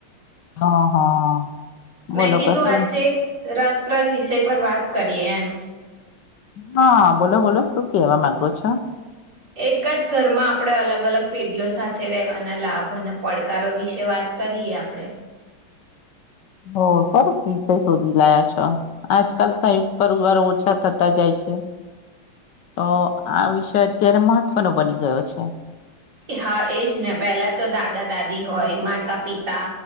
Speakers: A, on the left; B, on the right.
A: હા, હા. બોલો
B: મેં કીધું,
A: કશું
B: આજે રસપ્રદ વિષય પર વાત. કરીએ એમ.
A: હા, બોલો બોલો, શું કેવા માંગો છો?
B: એક જ ઘરમાં, આપણે અલગ અલગ પેઢીઓ સાથે રહેવાના લાભ અને પડકારો વિશે વાત કરીએ, આપણે?
A: હ, સરસ વિષય શોધી લાયા છો. આજકાલ સંયુક્ત પરિવાર ઓછા થતા જાય છે, તો આ વિષય અત્યારે મહત્વનોો બની ગયો છે.
B: હા, એજ ને. પહેલા તો દાદા-દાદી હોય, માતા-પિતા